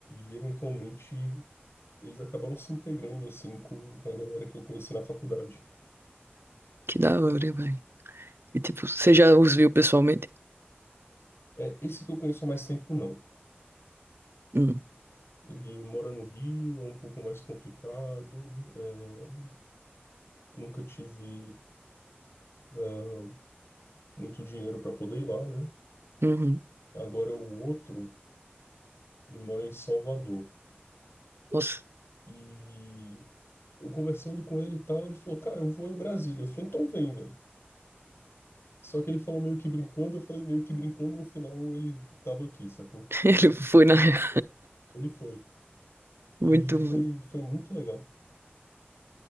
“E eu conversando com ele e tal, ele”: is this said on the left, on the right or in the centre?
Left